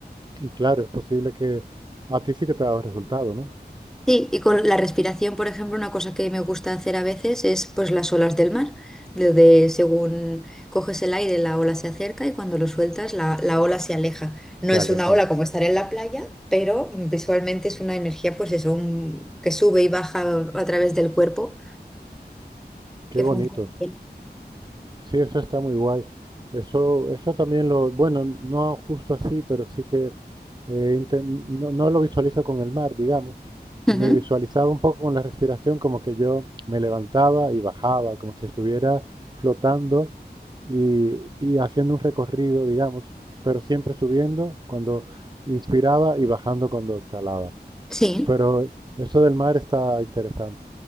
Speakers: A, on the right (about 25°); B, in the centre.
A: Y claro, es posible que a ti sí que te ha dado resultado, ¿no?
B: Sí, y con la respiración, por ejemplo, una cosa que me gusta hacer a veces es pues las olas del mar, lo de según coges el aire, la ola se acerca y cuando lo sueltas, la, la ola se aleja. No
A: Se
B: es
A: aleja.
B: una ola como estar en la playa, pero visualmente es una energía, pues eso, un- que sube y baja a través del cuerpo,
A: Qué
B: que
A: bonito.
B: funciona bien.
A: Sí, eso está muy guay. Eso, eso también lo, bueno, no justo así, pero sí que eh, inten- no, no lo visualizo con el mar, digamos.
B: Ujú.
A: Me visualizaba un poco con la respiración, como que yo me levantaba y bajaba, como si estuviera flotando y, y haciendo un recorrido, digamos, pero siempre subiendo cuando inspiraba y bajando cuando exhalaba.
B: Sí,
A: Pero eso del mar está interesante.